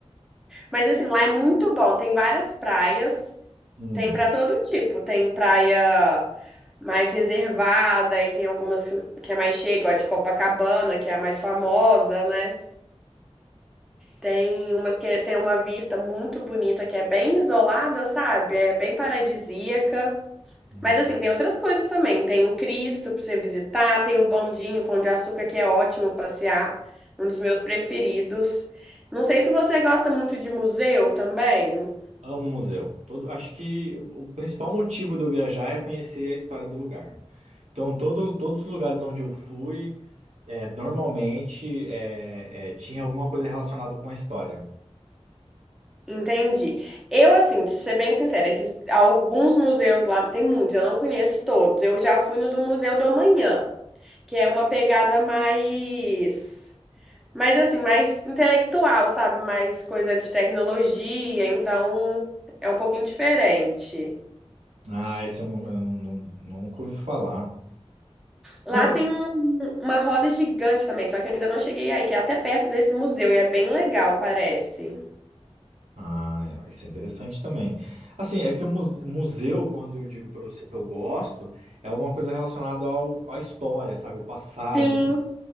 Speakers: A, in the centre; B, on the right (about 85°).
A: mas assim, lá é muito bom. Tem várias praias,
B: Hum,
A: tem pra todo tipo. Tem praia mais reservada, e tem algumas que é mais cheia, igual a de Copacabana, que é a mais famosa, né? Tem umas que é, tem uma vista muito bonita, que é bem isolada, sabe? É bem paradisíaca.
B: hum.
A: Mas assim, tem outras coisas também. Tem o Cristo pra você visitar, tem o Bondinho, o Pão de Açúcar, que é ótimo passear, um dos meus preferidos. Não sei se você gosta muito de museu também.
B: Amo museu. Todo, acho que o principal motivo de eu viajar é conhecer a história do lugar. Então, todo, todos os lugares onde eu fui, é, normalmente é, é, tinha alguma coisa relacionada com a história.
A: Entendi. Eu, assim, pra ser bem sincera, esses, alguns museus lá, tem muitos, eu não conheço todos. Eu já fui no do Museu do Amanhã, que é uma pegada mais, mais assim, mais intelectual, sabe? Mais coisa de tecnologia, então é um pouquinho diferente.
B: Ah, isso eu, não, eu não, não- nunca ouvi falar.
A: Lá
B: Não, eu-
A: tem um- uma roda gigante também, só que eu ainda não cheguei aí, que é até perto desse museu e é bem legal, parece.
B: Ah, isso é interessante também. Assim, é que o muse- museu, quando eu digo para você que eu gosto, é alguma coisa relacionada ao, à história, sabe? O passado.
A: Sim,